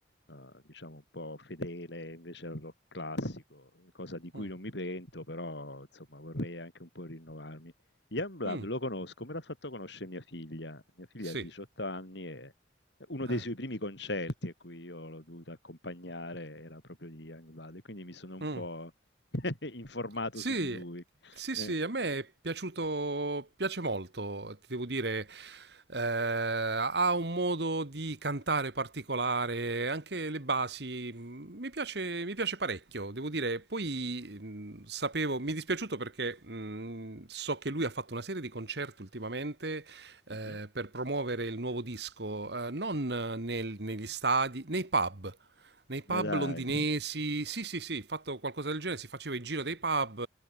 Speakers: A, on the left; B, on the right.
A: eh, diciamo, un po' fedele invece al rock classico, cosa di cui
B: Mm.
A: non mi pento, però, insomma, vorrei anche un po' rinnovarmi. Youngblood
B: Mm,
A: lo conosco, me l'ha fatto conoscere mia figlia. Mia figlia
B: sì.
A: ha 18 anni e uno dei
B: Eh,
A: suoi primi concerti a cui io l'ho dovuto accompagnare era proprio di Youngblood, e quindi mi sono un
B: mm.
A: po' <laughs> informato
B: Sì,
A: su di lui.
B: sì,
A: Eh.
B: sì, a me è piaciuto, piace molto, ti devo dire, eh, ha un modo di cantare particolare, anche le basi, mh, mi piace, mi piace parecchio, devo dire, poi mh, sapevo, mi è dispiaciuto perché mh, so che lui ha fatto una serie di concerti ultimamente eh,
A: Mh-mh.
B: per promuovere il nuovo disco, eh, non nel- negli stadi, nei pub nei
A: Ma
B: pub
A: dai.
B: londinesi, sì, sì, sì, fatto qualcosa del genere, si faceva il giro dei pub